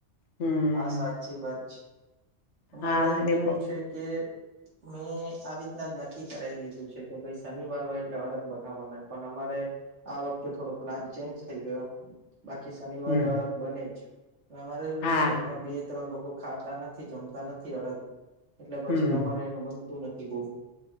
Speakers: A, on the left; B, on the right.
A: હમ
B: હા સાચી વાત છે અમારે
A: હા
B: એ
A: અને
B: કેવું
A: બ
B: છે કે મેં આવી રીતના જ નક્કી કરાવી દીધું છે કે ભાઈ શનિવાર હોય એટલે અડદ બનાવવાનું જ પણ અમારે આ વખતે થોડો પ્લાન ચેન્જ થઈ ગયો બાકી શનિવારે
A: હમ
B: અડદ બને જ અમારે શું
A: હા
B: છે ઘરમાં બે ત્રણ લોકો ખાતા નથી જમતા જમતાં નથી અડદ એટલે પછી
A: હમ
B: અમારે એનું બનતું નથી બહુ